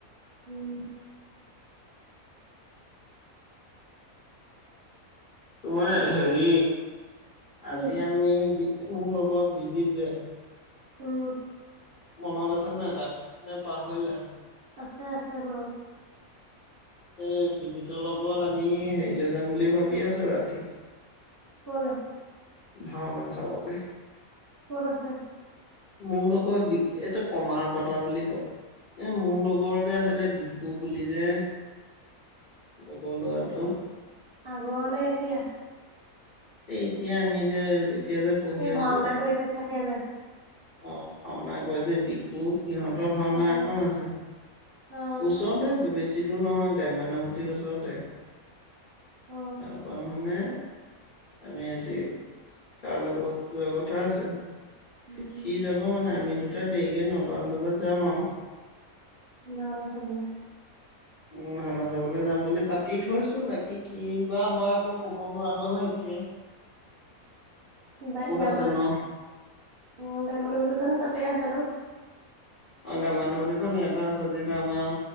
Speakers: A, on the right; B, on the left.
A: উম'
B: তোমাৰ
A: তাৰপিছত
B: হেৰি,
A: কি
B: আজি আমি বি মোৰ লগৰ বিজিত যে
A: অহ',
B: মনত আছেন নাই তাক নে পাহৰিলাই?
A: আছে আছে মনত।
B: এই বিজিতৰ লগত আমি হেৰিলৈ যাম বুলি ভাবি আছোঁ ৰাতি।
A: কৰলে?
B: ভাওনা চাবলেহ।
A: ক'ত আছে?
B: মোৰ লগৰ বিকু এইটো কমাৰ কটা বুলি কয়। এ মোৰ লগৰ যে আছিলে বিকু বুলি যে লগৰ ল'ৰাটো
A: আগৰ নে এতিয়া?
B: এই এতিয়া, আমি যে এতিয়া যে পঢ়ি
A: এই
B: আছো
A: ভাওঁনা কৰি যেন থাকে যে
B: অ ভাওঁনা কৰে যে বি সিহঁতৰ ভাওঁনা
A: অ
B: এখন আছে,
A: অ
B: ওচৰতে বেছি বেছি দূৰ নহয় গ্ৰাম্যানুভূতিৰ ওচৰতে তাৰ
A: অ
B: পৰা মানে আমি আজি যাৰ লগত যোৱা কথা আছে।
A: উম
B: সি যাব মানে আমি দুটা দেৰিকে নটামান বজাত যাম আৰু
A: না নঠগো দে
B: উ ভাওঁনা চাবলৈ যাম বুলি পাতি থৈছো বাকী কি বা হয় আকৌ কব নোৱাৰো নহয় এতিয়াই
A: গ্ৰাম্যানভূতিখন
B: আছে ন
A: তাতেই আছে ন
B: অ গ্ৰাম্যানুভূতিখন ইয়াতে আছে যিটো আমাৰ